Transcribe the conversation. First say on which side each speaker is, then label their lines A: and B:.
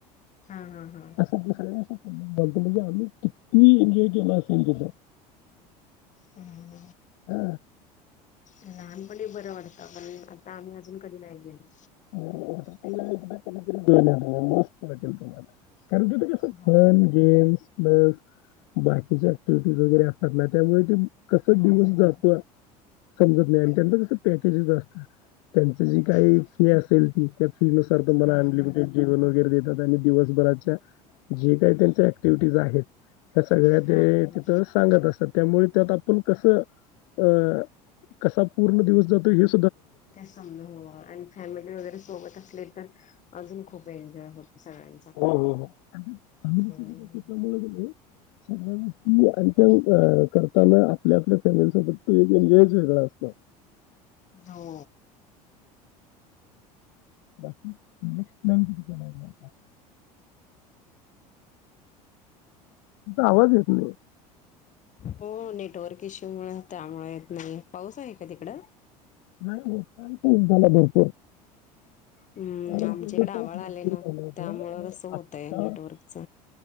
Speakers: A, on the left; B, on the left.
A: हा हां हां
B: असं <unintelligible> म्हणत म्हणजे आम्ही किती एन्जॉय केला असेल त्याचां
A: हम्म
B: हा
A: लहानपणी बरं वाटतं पण आता आम्ही अजून कधी नाही गेलो.
B: <inaudible> <unintelligible> ल
A: तिकडे
B: तुमला कारण तीथ कस
A: हो
B: फन गेम्स बस बाकीच्याट फिटोग्राफ वगैरे असतात त्यामुळे ते कस
A: हो
B: दिवस
A: हो
B: जातो समजत नाही आणि त्यांचं कस पॅकेजेस असतात. त्यांच जी काही
A: हा
B: असेल त <unintelligible> फी नुसार तुम्हाला
A: हा
B: अनलिमिटेड
A: हा
B: जेवन वगैरे देतात आणि दिवसभराच्या जे काही त्यांच्या ऍक्टिव्हिटीज आहेत सगळ्या
A: हा
B: ते
A: हा
B: तिथं सांगत असतात त्यामुळे त्यात आपण कसं अं कसा पूर्ण दिवस जातो हेच
A: त्या समध होओ आणि फॅमिली वगैरे सोबत असले तर अजून खूप एन्जॉय होतो. सगळ्यांचा
B: हो हो हो मुळे
A: हम्म.
B: सगळ्यां <unintelligible> आणि त्या करताना आपल्या आपल्या फॅमिलीसोबत तो एन्जॉय वेगळा असत
A: हो
B: बाकी <unintelligible> केला आहे त आवाज येत नाही.
A: हो नेटवर्क इश्यूमुळे त्यामुळे येत नाही पाऊस आहे का तिकडं.
B: नाही झालं भरपूर
A: हम्म
B: कारण
A: आमच्याकडे
B: त्याचा
A: आवाळ
B: पाऊस भरपूर
A: आले ना
B: झाला होता
A: त्यामुळं
B: आणि
A: तसं होतय
B: आत्ता
A: नेटवर्कच
B: आता